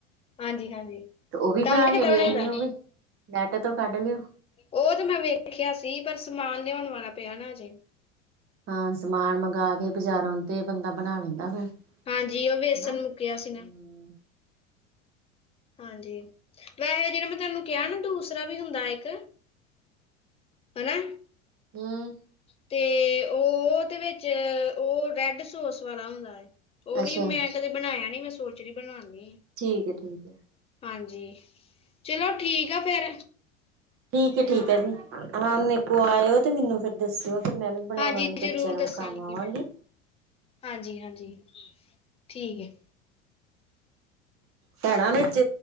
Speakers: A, on the left; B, on the right.
A: ਹਾਂਜੀ ਹਾਂਜੀ ।
B: ਤੇ ਉਹ ਵੀ
A: ਤੁਹਾਨੂੰ
B: ਬਣਾ
A: ਕਿੱਦਾਂ
B: ਕੇ ਵੇਖ
A: ਬਣਾਈ ਦਾ?
B: ਲਿਓ ਵੀ ਨੈਟ ਤੋਂ ਕੱਢ ਲਿਓ
A: ਉਹ ਤੇ ਮੈਂ ਵੇਖਿਆ ਸੀ, ਪਰ ਸਾਮਾਨ ਵੀ ਮੰਗਵਾਉਣਾ ਪਿਆ ਨਾ ਹਜੇ।
B: ਹਾਂ ਸਮਾਨ ਮੰਗਵਾ ਕੇ ਬਜ਼ਾਰੋਂ ਤੇ ਬੰਦਾ ਬਣਾ ਲੈਂਦਾ ਫਿਰ
A: ਹਾਂਜੀ, ਉਹ ਬੇਸਨ
B: ਹਨਾ ਹਮ
A: ਮੁੱਕਿਆ ਸੀ ਨਾ ਹਾਂਜੀ ਵੈਸੇ ਜਿਹੜਾ ਮੈਂ ਤੁਹਾਨੂੰ ਕਿਹਾ ਨਾ ਦੂਸਰਾ ਵੀ ਹੁੰਦਾ ਇੱਕ ਹਨਾ
B: ਹੂੰ
A: ਤੇ ਉਹਦੇ ਵਿੱਚ, ਉਹ ਰੈਡ ਸੋਸ ਵਾਲਾ ਹੁੰਦਾ। ਉਹ
B: ਅੱਛਾ
A: ਵੀ ਮੈਂ ਕਦੇ ਬਣਾਇਆ ਨੀ, ਮੈਂ ਸੋਚ ਰ ਬਣਾਉਦੀ
B: ਠੀਕ ਹੈ ਠੀਕ ਹੈ
A: ਹਾਂਜੀ ਚਲੋ ਠੀਕ ਆ ਫੇਰ
B: ਠੀਕ ਹੈ, ਠੀਕ ਹੈ ਜੀ। ਹਾਂ ਮੇਕੋ ਆਇਓ ਤੇ ਮੈਨੂੰ ਫੇਰ ਦੱਸਿਓ ਫੇਰ ਮੈਂ ਵੀ ਬਣਾਵਾਂਗੀ,
A: ਹਾਂਜੀ ਜ਼ਰੂਰ
B: ਬੱਚਿਆਂ ਨੂੰ
A: ਦੱਸਾਂਗੀ
B: ਖਾਵਾਵਾਂਗੀ
A: ਮੈਂ ਹਾਂਜੀ ਹਾਂਜੀ, ਠੀਕ ਏ।
B: ਭੈਣਾਂ ਵਿੱਚ